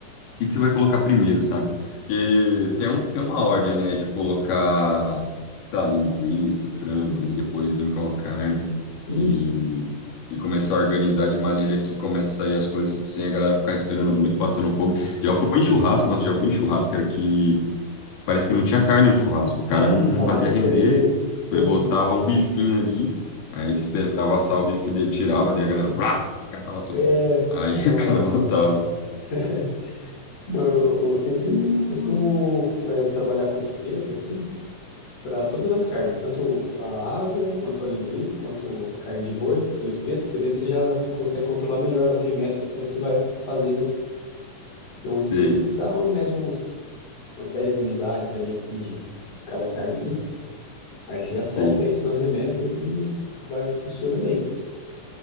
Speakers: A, on the left (about 80°); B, on the left (about 50°).
A: que, que você vai colocar primeiro, sabe? Porque tem, um, tem uma ordem, né, de colocar, sei lá, linguiça, frango, e depois vir com a carne
B: Isso.
A: e,
B: <laughs>
A: e começar a organizar de maneira que comece a sair as coisas sem a galera ficar esperando muito, passando fome. Já fui em churrasco, nossa, já fui em churrasco, cara, que parece que não tinha carne no churrasco. O cara
B: É,
A: não
B: não dá
A: fazia
B: nada certo,
A: render,
B: né?
A: tipo,
B: Uhum.
A: ele botava um bifinho ali, aí ele esperava assar o bifinho dele, tirava, daí a galera, vrá, catava tudo.
B: É,
A: Aí
B: não,
A: <laughs> o cara
B: aí é
A: voltava.
B: foda. <laughs> Não, eu, eu sempre
A: Hum.
B: costumo é, trabalhar com espeto, assim, para todas as carnes, tanto a asa, quanto a linguiça, quanto a carne de boi, no espeto, porque daí você já consegue controlar melhor as remessas que você vai fazer, né? Porque um espeto
A: Sei.
B: ali dá, em média, uns, umas 10 unidades ali, assim, de, de cada carne ali. Aí você já
A: Sim,
B: solta isso nas remessas e vai, funciona bem.